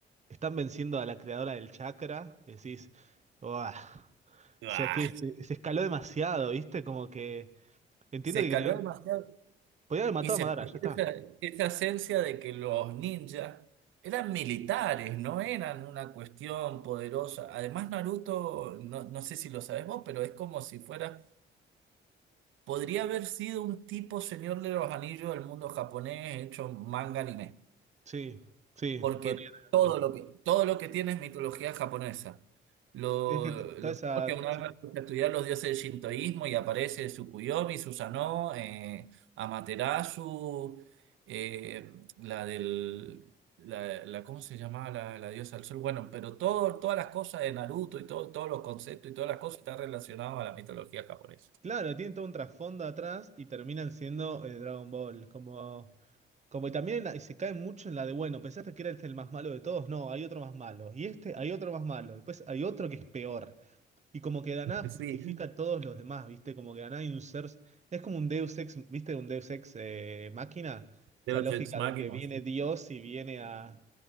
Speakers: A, on the right (about 35°); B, on the right (about 80°).
A: están venciendo a la creadora del chakra, decís, "Uah".
B: ah,
A: O sea que se, se escaló demasiado, ¿viste? Como que entiendo
B: se
A: que
B: escaló
A: tenían,
B: demasiado
A: podían haber matado
B: y se
A: a Madara,
B: perdió
A: ya está.
B: esa, esa esencia de que los ninjas eran militares, no eran una cuestión poderosa. Además, Naruto, no, no sé si lo sabes vos, pero es como si fuera, podría haber sido un tipo Señor de los Anillos del mundo japonés hecho manga anime.
A: Sí, sí,
B: porque
A: podrían
B: todo
A: haber.
B: lo que, todo lo que tiene es mitología japonesa. Lo,
A: Es que to- toda
B: lo
A: esa.
B: porque una
A: sí.
B: vez me puse a estudiar los dioses del shintoísmo y aparece Tsukuyomi, Susanoo, eh, Amaterasu, eh, la del... La, la- ¿cómo se llamaba la, la diosa del sol? Bueno, pero todo, todas las cosas de Naruto y todo, todos los conceptos y todas las cosas están relacionados a la mitología japonesa.
A: Claro, tienen todo un trasfondo atrás y terminan siendo eh, Dragon Ball. Como, como y también en la- y se cae mucho en la de, bueno, pensaste que era este el más malo de todos. No, hay otro más malo. Y este, hay otro más malo. Y después hay otro que es peor. Y como que Daná justifica
B: Sí,
A: a todos los demás, ¿viste? Como que Daná hay un ser. Es como un Deus ex, ¿viste? Un Deus ex eh, máquina. Esa
B: de
A: lógica
B: Ex máquinas
A: de que viene Dios y viene a,